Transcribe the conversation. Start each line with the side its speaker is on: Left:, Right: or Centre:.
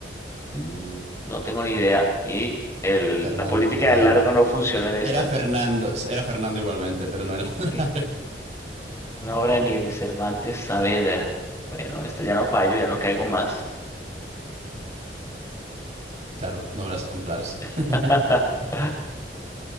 Left: Mm, No tengo ni idea. Y el,
Right: Fernando
Left: la política
Right: Guillén.
Left: del largo no funciona en esta.
Right: Era Fernando. Era Fernando igualmente, pero no era. <laughs>
Left: Sí. Una obra de Miguel de Cervantes Saavedra. Bueno, esta ya no fallo, ya no caigo más.
Right: Claro, novelas ejemplares. <laughs>
Left: <laughs>